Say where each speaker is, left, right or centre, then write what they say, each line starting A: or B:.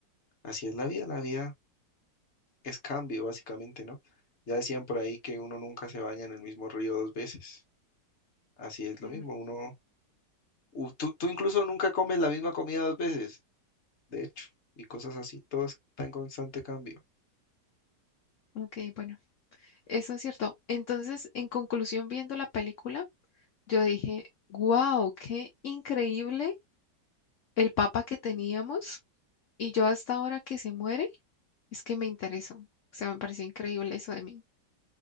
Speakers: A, on the left; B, on the left.
A: Así es la vida, la vida es cambio, básicamente, ¿no? Ya decían por ahí que uno nunca se baña en el mismo río dos veces. Así es lo
B: Mm,
A: mismo, uno, u- tú, tú incluso nunca comes la misma comida dos veces, de hecho, y cosas así, todo está en constante cambio.
B: Ok, bueno. Eso es cierto. Entonces, en conclusión, viendo la película, yo dije, wow, qué increíble el papa que teníamos. Y yo hasta ahora que se muere, es que me interesó. O sea, me pareció increíble eso de mí.